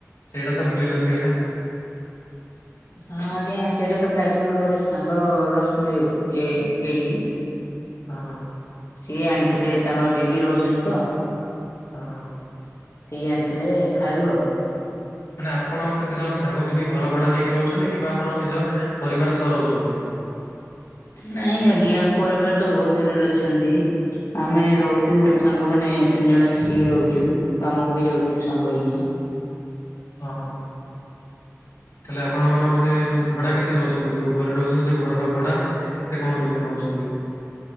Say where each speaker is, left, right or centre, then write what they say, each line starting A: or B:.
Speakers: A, on the left (about 80°); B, on the left (about 70°).
A: ସେଇଟା ତ ଭୁଲି ନଥିବେ ନା!
B: ହଁ ଆଜ୍ଞା ସେଇଟା ତ ଖାଇଛି ମୋର ଗୋଟେ ସାଙ୍ଗ ରହୁଥିଲେ ଏ ଏଇଠି,
A: ଅ ହଃ
B: ସିଏ ଆଣିଥିଲେ ତାଙ୍କ ଦିଦି ରହୁଛନ୍ତି ତ!
A: ଅହଃ
B: ସେଇି ଆଣିଥିଲେ ଖାଇଲୁ ଆଉ।
A: ମାନେ ଆପଣ କେତେଜଣ ସାଙ୍ଗ ମିଶିକି ଘର ଭଡା ନେଇକି ରହୁଛନ୍ତି କିମ୍ବା ଆପଣ ନିଜ ପରିବାର ସହ ରହୁଛନ୍ତି?
B: ନାଇଁ ଆଜ୍ଞା ପରିବାର ତ ବହୁତ ଦୂରରେ ଅଛନ୍ତି! ଆମେ ରହୁଛୁ ସାଙ୍ଗମାନେ ତିନି ଜଣ ମିଶିକି ରହୁଛୁ। କାମକୁ ବି ଯାଉଛୁ ସାଙ୍ଗ ହେଇକି।
A: ଅହଃ ହେଲେଆପଣଙ୍କର ମାନେ ଭଡା କେତେ ନଉଛନ୍ତି ଯୋଉ ଘରେ ରହୁଛନ୍ତି ସେ ଘରର ଭଡା? କେତେ କଣ କେମିତି ନଉଛନ୍ତି?